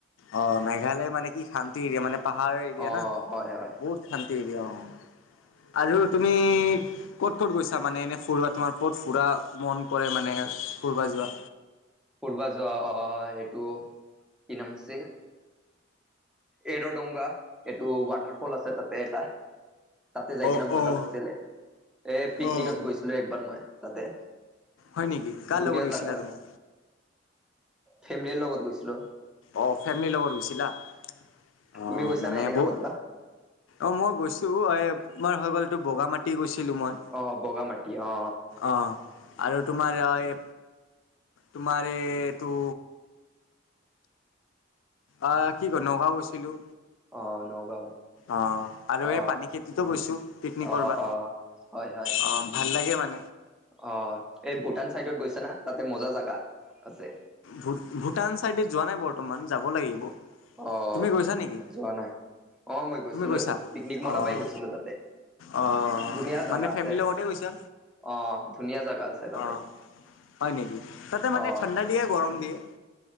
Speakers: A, on the left; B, in the centre.
A: অ' মেঘালয় মানে কি শান্তিৰ এৰিয়া মানে পাহাৰৰ এৰিয়া
B: অ
A: না
B: হয় হয়
A: বহুত শান্তি এৰিয়া অ' আৰু তুমি <unintelligible> ক'ত ক'ত গৈছা মানে এনে ফুুৰবা তোমাৰ ক'ত ফুৰা মন কৰে মানে ফুৰবা যোৱা।
B: ফূৰবা যোৱা অ' সেইটো, কি নাম আছিল। এৰ'ডংগা এইটো ৱাটাৰফল আছে তাতে এটা। তাতে যাই
A: অ'
B: কিনে মজা
A: অ'
B: লাগিছিলে, এ পিকনিকত
A: অ'।
B: গৈছিলোঁ একবাৰ মই তাতে।
A: হয় নেকি, কাৰ
B: ধুনীয়া
A: লগত গৈছিলা
B: জাগা
A: তুমি?
B: ফেমিলিৰ লগত গৈছিলোঁ।
A: অ' ফেমিলিৰ লগত গৈছিলা। অ'
B: তুমি গৈছা
A: মানে
B: না এনেকা
A: ব-
B: ক'তবা
A: অ' মই গৈছোঁ এই <unintelligible> হৈ গ'ল এইটো বগামাটি গৈছ <unintelligible>
B: অ বগামাটি অ
A: অ' আৰু তোমাৰ এ এই তোমাৰ এটো। অ' কি কয় নগাওঁ গৈছিলোঁ।
B: অ নগাঁও
A: অ' আৰু
B: অ
A: এই পানী খেতিতো গৈছোঁ পিকনি
B: অ
A: কৰবা।
B: অ হয় হয়
A: অ' ভাল লাগে মান
B: অ' এই ভূটান চাইডত গৈছে না তাতে মজা জাগা আছে।
A: ভূ ভূটান চাইডে যোৱা নাই বৰ্তমান যাব লাগিব।
B: অ'
A: তুমি গৈছা নেকি?
B: যোৱা নাই। অ'' মই গৈছিলোঁ,
A: তুমি গৈছা?
B: পিকনিক মনবাই
A: অ',
B: গৈছিলোঁ তাতে।
A: অ',
B: ধুনীয়া
A: মানে
B: জাগা
A: ফেমিলিৰ
B: আছে,
A: লগতে গৈছা?
B: অ' ধুনীয়া জাগা আছে তাতে।
A: অ', হয় নেকি, তাতে মানে
B: অ
A: ঠাণ্ডা দিয়ে গৰম দিয়ে।